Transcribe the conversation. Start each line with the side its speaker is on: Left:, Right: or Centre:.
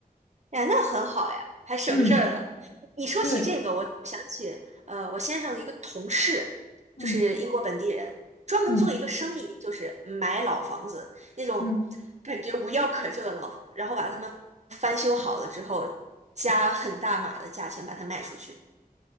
Right: 呀，那很好呀，还省事儿了。
Left: 嗯，
Right: 你说起这个，
Left: 对，
Right: 我呃，我先生的一个同事就是英国本地人，
Left: 嗯
Right: 专门做一个生意，
Left: 嗯
Right: 就是买老房子那种感觉无药可救的老，
Left: 嗯，
Right: 然后把他们翻修好了之后，
Left: 嗯
Right: 加很大码的价钱把它卖出去。